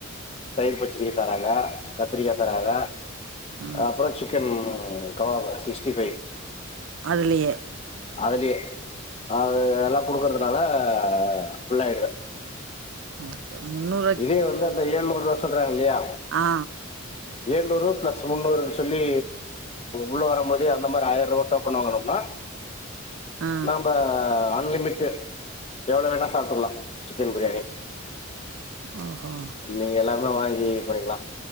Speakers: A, on the left; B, on the right.
A: தயிர் பச்சிடி தராங்க கத்திரிக்கா தராங்க
B: ஆ
A: அப்புற சிக்கன் கபாப் சிக்ஸ்டி ஃபைவ்
B: அதுலேயே
A: அதுலயே அது எல்லா குடுக்கறதுனால ஃபுல்லாயிடுது
B: ஆ முன்னூரு
A: இதே வந்து அந்த ஏழுநூறு ரூபா சொல்றாங்க இல்லையா
B: ஆ
A: ஏழுநூறு ப்ளஸ் முன்னுரு சொல்லி உள்ள வரும் போதே அந்த மாதிரி ஆயிர ரூபா டோக்கன் வாங்கனும்னா
B: ஆ
A: நாம்ப அன்லிமிட்டு எவ்ளோ வேணா சாப்பிட்டுகலா சிக்கன் பிரியாணி
B: ஆஹா
A: நீங்க எல்லாமே வாங்கி இது பண்ணிக்கலா